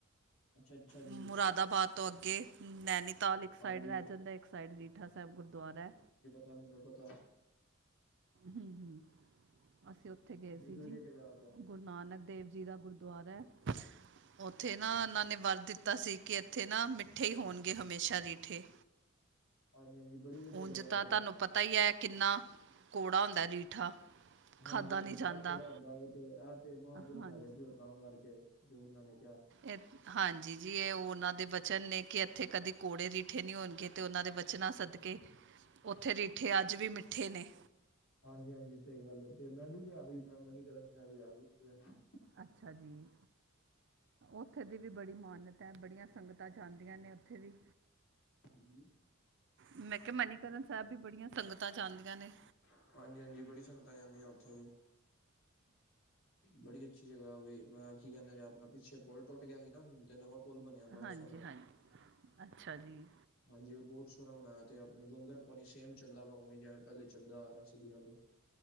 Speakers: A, on the left; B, on the right.
A: ਅੱਛਾ ਅੱਛਾ ਜੀ
B: ਮੁਰਾਦਾਬਾਦ ਤੋਂ ਅੱਗੇ ਨੈਨੀ ਤਾਲ ਇੱਕ
A: ਹਾਂਜੀ
B: ਸਾਈਡ ਰਹਿ ਜਾਂਦਾ। ਇੱਕ ਸਾਈਡ ਰੀਠਾ ਸ਼ਾਹਿਬ ਗੁਰਦੁਆਰਾ ਐ।
A: ਤੁਹਾਨੂੰ ਕਿਵੇਂ ਪਤਾ।
B: ਹੂੰ-ਹੂੰ, ਅਸੀਂ ਉੱਥੇ ਗਏ
A: ਬੜੀ
B: ਸੀ
A: ਵਧੀਆ
B: ਜੀ।
A: ਜਗ੍ਹਾ ਉਹ ਤੇ
B: ਗੁਰੂ ਨਾਨਕ ਦੇਵ ਜੀ ਦਾ ਗੁਰਦੁਆਰਾ ਐ ਉੱਥੇ ਨਾ ਉਹਨਾਂ ਨੇ ਵਰ ਦਿੱਤਾ ਸੀ। ਕਿ ਇੱਥੇ ਨਾ ਮਿੱਠੇ ਈ ਹੋਣਗੇ ਹਮੇਸ਼ਾ ਰੀਠੇ।
A: ਹਾਂਜੀ ਹਾਂਜੀ ਬੜੀ ਵਧੀਆ
B: ਉਂਝ
A: ਜਗ੍ਹਾ
B: ਤਾਂ
A: ਉਹ ਤੇ
B: ਤੁਹਾਨੂੰ ਪਤਾ ਈ ਐ ਕਿੰਨਾਂ ਕੌੜਾ ਹੁੰਦਾਂ ਰੀਠਾ।
A: ਹਾਂਜੀ-ਹਾਂਜੀ
B: ਖਾਧਾ ਨਹੀਂ ਜਾਂਦਾ
A: ਬੜਾ ਕੌੜਾ ਹੁੰਂਦਾ। ਉਹ ਤੇ ਇਹ ਤੇ ਮਹਾਂਪੁਰਖ
B: ਹਾਂਜੀ
A: ਹੈਗੇ ਸੀ। ਉ ਤਾਂ ਕਰਕੇ ਜੋ ਉਹਨਾਂ ਨੇ ਕਿਹਾਂ
B: ਏ ਹਾਂਜੀ ਜੀ, ਇਹ ਉਹ ਉਹਨਾਂ ਦੇ ਬਚਨ ਨੇ, ਕਿ ਇੱਥੇ ਕਦੇ ਕੋੜੇ ਰੀਠੇ ਨਹੀਂ ਹੋਣਗੇ, ਤੇ ਉਹਨਾਂ ਦੇ ਬਚਨਾਂ ਸਦਕੇ। ਉੱਥੇ ਰੀਠੇ ਅੱਜ ਵੀ ਮਿੱਠੇ ਨੇ।
A: ਹਾਂਜੀ-ਹਾਂਜੀ ਸਹੀ ਗੱਲ ਐ, ਤੇ ਮੈਂ ਵੀ ਗਿਆ ਸੀ ਮੈਂ ਮਨੀਕਰਨ ਸਾਹਿਬ ਗਿਆ ਸੀ।
B: ਅੱਛਾ ਜੀ, ਉੱਥੇ ਦੀ ਵੀ ਬੜੀ ਮਾਨਤ ਐ ਬੜੀਆਂ ਸੰਗਤਾਂ ਜਾਂਦੀਆਂ ਨੇ ਉੱਥੇ ਵੀ।
A: ਹਾਂਜੀ।
B: ਮੈਂ ਕਿਆ, ਮਨੀਕਰਨ ਸਾਹਿਬ ਵੀ ਬੜੀਆਂ ਸੰਗਤਾਂ ਜਾਂਦੀਆਂ ਨੇ।
A: ਹਾਂਜੀ-ਹਾਂਜੀ, ਬੜੀ ਸੰਗਤਾਂ ਜਾਂਦੀਆਂ ਓਥੇ ਵੀ। ਬੜੀ ਅੱਛੀ ਜਗ੍ਹਾ ਉਹ ਵੀ, ਕੀ ਕਹਿੰਦੇ ਨੇ ਅਪਣਾ ਪਿੱਛੇ ਪੁਲ ਟੁੱਟ ਗਿਆਂ ਹੀ ਨਾ ਹੁਣ ਤੇ ਨਵਾਂ ਪੁਲ ਬਣਿਆ ਬੜਾ
B: ਹਾਂਜੀ-ਹਾਂਜੀ,
A: ਸੋਹਣਾ
B: ਅੱਛਾ ਜੀ।
A: ਹਾਂਜੀ, ਉਹ ਬਹੁਤ ਸੋਹਣਾ ਬਨਾਇਆ ਤੇ ਆਪ ਲੰਗਰ ਪਾਣੀ ਸੇਮ ਚੱਲਦਾ ਪਿਆ ਜਿਵੇਂ ਪਹਿਲੇ ਚੱਲਦਾ ਆ ਰਹਾ। <unintelligible> ਡੀਆ ਤੋਂ